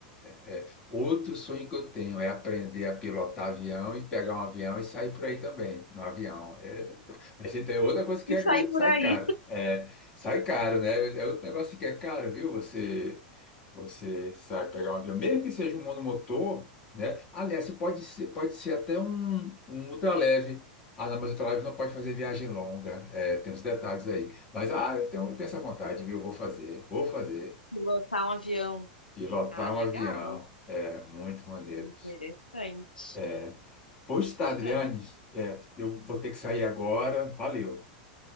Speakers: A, on the left (about 25°); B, on the left (about 80°).
A: é. Outro sonho que eu tenho é aprender a pilotar avião e pegar um avião e sair por aí também, no avião. É, mas isso é outra coisa que
B: E
A: é-
B: sair
A: sai
B: por aí,
A: caro. É, sai caro, né? É outro negócio que é caro, viu? Você, você sai pegar um avião, mesmo que seja um monomotor, né? Aliás, você pode ser, pode ser até um, um ultraleve. Ah, não, mas ultraleve não pode fazer viagem longa. É, tem uns detalhes aí. Mas, ah, eu tenho, tenho essa vontade, viu? Eu vou fazer, vou fazer.
B: <laughs> pilotar um avião.
A: Pilotar
B: Ah, legal,
A: um avião.
B: né?
A: É, muito maneiro.
B: Interessante,
A: É, pois tá,
B: bacana.
A: Adriane, é, eu vou ter que sair agora. Valeu.